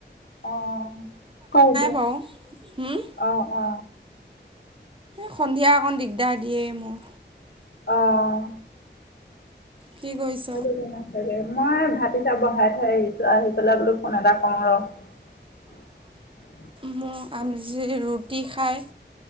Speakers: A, on the left (about 60°); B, on the right (about 30°).
A: অ' ক এতিয়া
B: বাৰু। হুম,
A: অ-অ,
B: সন্ধিয়া অকণ দিগদাৰ দিয়ে মোৰ।
A: অহ,
B: কি কৰিছ?
A: আম <unintelligible> মই ভাত গিতা বহাই থৈ আহিছো আহি পেলাই বোলো ফোন এটা কৰো ৰহ। উ <inaudible>
B: ম আমজি ৰুটি খায়।